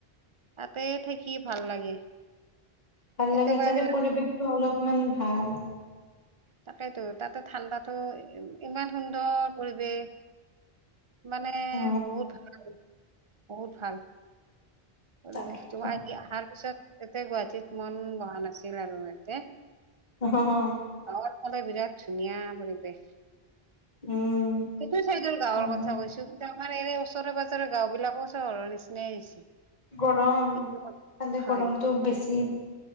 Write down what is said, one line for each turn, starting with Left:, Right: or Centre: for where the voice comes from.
Right: তাতে থাকি ভাল লাগে।
Left: ভাল
Right: কেতিয়াবা
Left: লাগে তাৰে
Right: এইবিলাক
Left: পৰিৱেশতটো অলপমান ভাল।
Right: তাকেইতো তাতে ঠাণ্ডাতো ইমান সুন্দৰ। পৰিৱেশ মানে
Left: অ
Right: বহুত ভাল। বহুত ভাল পৰিৱেশটো
Left: তাকেতো
Right: আহি অহাৰ পিছত ততে গুৱাহাটীত মন বহা নাছিল আৰু ইয়াতে।
Left: অ হ।
Right: আমাৰ ফালে বিৰাট ধুনীয়া পৰিৱেশ।
Left: উম
Right: সেইটো চাইদৰ গাঁৱৰ
Left: হয়
Right: কথা
Left: হয়
Right: কৈছো কিন্তু। আমাৰ এনে ওচৰে পাজৰে গাঁও বিলাকও চহৰৰ নিচিনাই হৈছে।
Left: গৰম
Right: কিন্তু
Left: খালে
Right: হয়
Left: গৰমতো বেছি।